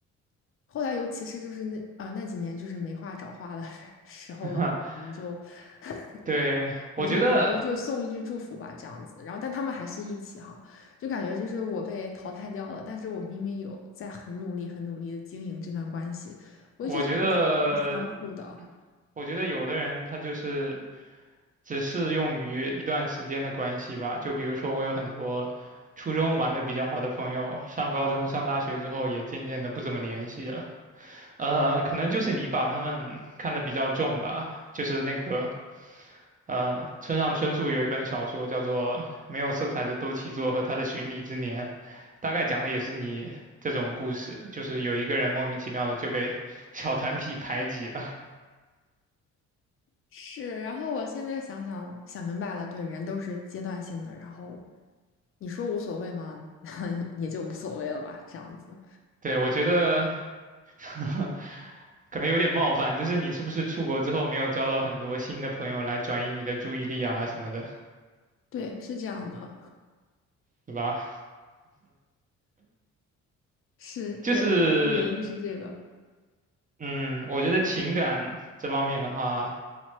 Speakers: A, on the left (about 45°); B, on the right (about 25°).
A: 后来尤其是就是那啊、那几年就是没话找话的 <laughs> 时候的话，
B: <laughs>
A: 我们就 <laughs>
B: 对，
A: 我就顶多就是送一句祝福吧这样子。
B: 我觉得，
A: 然后但他们还是一起哈，就感觉就是我被淘汰掉了，但是我明明有在很努力、很努力的经营这段关系，我一直觉得
B: 我觉得，
A: 是相互的。
B: 我觉得有的人他就是只适用于一段时间的关系吧。就比如说，我有很多初中玩的比较好的朋友，上高中、上大学之后也渐渐的不怎么联系了。呃，可能就是你把他们看得比较重吧，就是那个。呃，村上春树有一本小说叫做《没有色彩的多崎作和他的巡礼之年》，大概讲的也是你这种故事，就是有一个人莫名其妙的就被小团体排挤了。
A: 是，然后我现在想想想明白了，对，人都是阶段性的，然后你说无所谓吗？<laughs> 也就无所谓了吧，这样子。
B: 对，我觉得 <laughs> 可能有点冒犯，就是你是不是出国之后没有交到很多新的朋友来转移你的注意力啊什么的，
A: 对，是这样的，
B: 对吧？
A: 是对，
B: 就是
A: 原因是这个。
B: 嗯，我觉得情感这方面的话，